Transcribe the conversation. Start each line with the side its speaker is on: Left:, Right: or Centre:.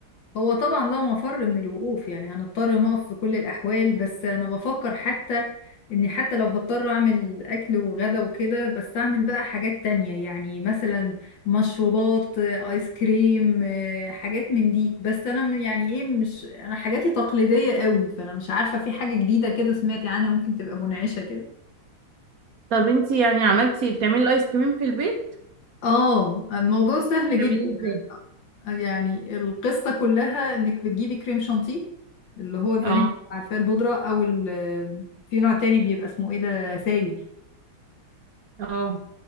Left: هو طبعا لا مفر من الوقوف يعني هنضطر نقف في كل الأحوال بس أنا بفكر حتى إني حتى لو هضطر أعمل أكل وغدا وكده بس أعمل بقى حاجات تانية يعني مثلا مشروبات آه، آيس كريم آه، حاجات من دي بس أنا م- يعني إيه مش أنا حاجاتي تقليدية قوي فأنا مش عارفة في حاجة جديدة كده سمعتي عنها ممكن تبقى منعشة كده
Right: طب انت يعني عملتي بتعملي الايس كريم في البيت
Left: اه الموضوع سهل
Right: بتعملي
Left: جدا
Right: ازاي
Left: يعني القصة كلها انك بتجيبي كريم شانتيه اللي هو الفانيليا
Right: اه
Left: عارفاه البودرة او ال- في نوع تاني بيبقى اسمه ايه ده سايل
Right: اه